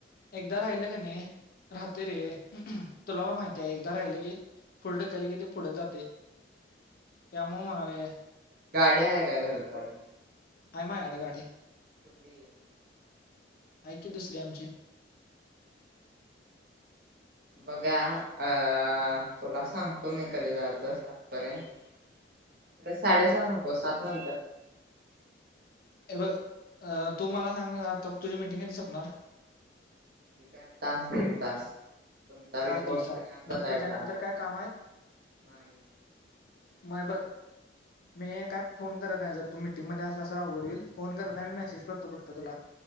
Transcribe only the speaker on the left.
एकदा
राहिल का नाही
राहते रे तुला पण माहितीय एकदा राहिलं की पुढे ढकलं की ते पुढच जाते त्यामुळं म्हणालोय
आहे मा याड गाठी
ऐक दुसरे आमचे
ए अ तू मला सांग आता तुझी मिीटिंग आहे तसपणार
तच दिवसात
मग
त्याच्यानंतर
काय काम आहेत
मय बघ मी काय फोन करत नाही जर तू मिटिंगमध्ये असलासर आवड होईल फोन करता
मी मेसेज करतो फक्त तर तुला